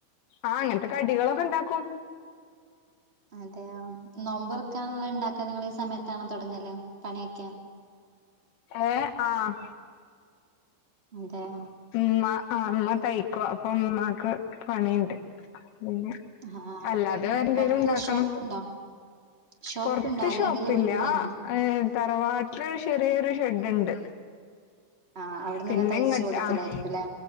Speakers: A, on the left; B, on the right.
A: ആഹ് ഇങ്ങൻത്തെ കടികളൊക്കെ ഇണ്ടാക്കും
B: അതെയൊ നോമ്പ്റക്കാനുള്ള ഉണ്ടാക്കാന് ഇങ്ങള് ഈ സമയത്താണോ തുടങ്ങല് പണിയൊക്കെ
A: ഏഹ് ആഹ്
B: അതെയൊ
A: ഉംമ്മാ ആഹ് ഇമ്മ തയ്ക്കും അപ്പൊ ഉമ്മാക്ക് പണിയിൺണ്ട് പിന്നെ
B: ആഹ്
A: അല്ലാതെ
B: ഉം
A: വേറെ എന്തേലും
B: പൊറത്ത്
A: ഉണ്ടാക്കണം
B: ഷോപ്പുണ്ടോ ഷോപ്പുണ്ടോ
A: പൊർത്ത്
B: അല്ലെങ്കിൽ
A: ഷോപ്പില്ലാഹ്
B: വീട്ടിന്നന്നെ
A: ഏഹ് തറവാട്ടിലൊരു ചെറിയൊരു ഷെഡ്ണ്ട്
B: ആഹ് അവിടുന്നന്നെ
A: പിന്നെ
B: തയ്ച്ച്
A: ഇങ്ങട്ട്
B: കൊടുക്കലായിരിക്കുല്ലേ
A: ആഹ്